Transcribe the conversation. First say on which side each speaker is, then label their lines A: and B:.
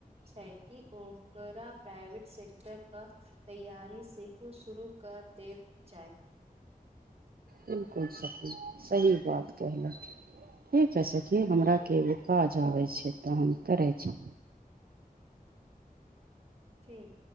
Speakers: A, on the right; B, on the right.
A: छै कि ओकरा प्राइवेट सेक्टर कऽ। तैयारी सेहो शुरू कऽ देब चाही।
B: बिलकुल सकी सही बात कहनाहु। ठीक छै सखी हमराके एगो काज आबै छै तऽ हम करै छी।
A: ठीक।